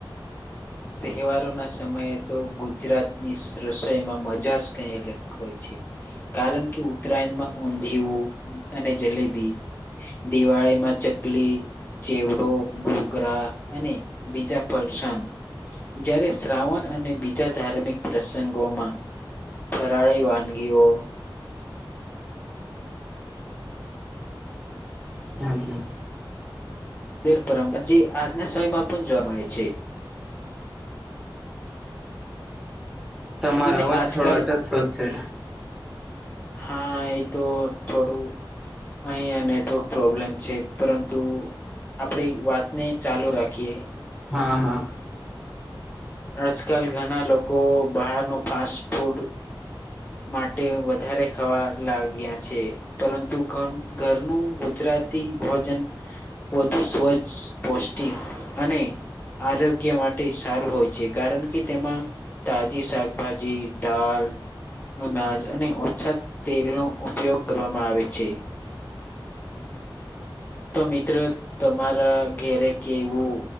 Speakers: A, on the left; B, in the centre.
A: તહેવારો ના સમયે તો ગુજરાતની રસોઈમાં મજા જ કઈ અલગ હોય છે. કારણ કે ઉત્તરાયણમાં ઊંધીયું અને જલેબી દિવાળી માં ચકલી ચેવડો ઘોગરા અને બીજા પરસાન જ્યારે શ્રાવણ અને બીજા ધાર્મિક પ્રસંગોમાં ફરાળી વાનગીઓ
B: હમ્મ.
A: તેર પરંપરા જે આજના સમયમાં પણ જોવા મળે છે.
B: તમારો
A: અને
B: અવાજ
A: આજકાલ
B: થોડો અટચતો છે.
A: હા એ તો થોડું અહીં નેટવર્ક પ્રોબ્લેમ છે, પરંતુ આપણે વાતને ચાલુ રાખીએ.
B: હા હા.
A: આજકાલ ઘણા લોકો બહાર ન ફાસ્ટ ફૂડ માટે વધારે ખાવા લાગ્યા છે, પરંતુ <unintelligible> ઘરનું ગુજરાત ભોજન વધુ સ્વસ્થ પૌષ્ટિક અને આરોગ્ય માટે સારું હોય છે, કારણ કે તેમાં તાજી શાકભાજી દાળ અનાજ અને ઓછા તેલનો ઉપયોગ કરવામાં આવે છે. તો મિત્રો તમારા ઘરે કેવું